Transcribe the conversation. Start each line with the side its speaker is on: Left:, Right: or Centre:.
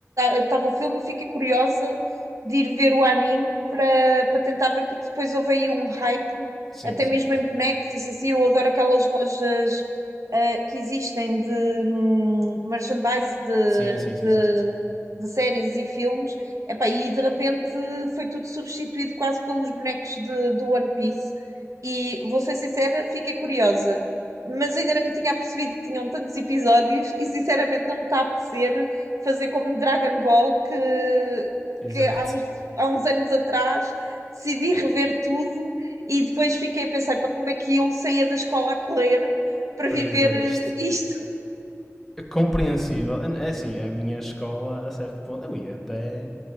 Right: estava o filme, eu fiquei curiosa de ir ver o anime para para tentar ver, porque depois houve aí um hype,
Centre: sim,
Right: até
Centre: sim.
Right: mesmo em bonecos, isso assim, eu adoro aquelas lojas ah, que existem de hum, merchandise de,
Centre: Sim, sim, sim,
Right: de,
Centre: sim. sim.
Right: de séries e filmes, Epá, e de repente foi tudo substituído quase pelos bonecos de, do One Piece, e vou ser sincera, fiquei curiosa mas ainda não me tinha apercebido que tinham tantos episódios e sinceramente não me está a apetecer fazer como Dragon Ball que,
Centre: Exato.
Right: que há, uns, há uns anos atrás decidi rever tudo e depois fiquei a pensar para como é que eu saía da escola a correr para viver
Centre: Para ir ver
Right: eh,
Centre: este.
Right: isto. <laughs>
Centre: Compreensível. É é assim, a minha escola, a certo ponto, eu ia até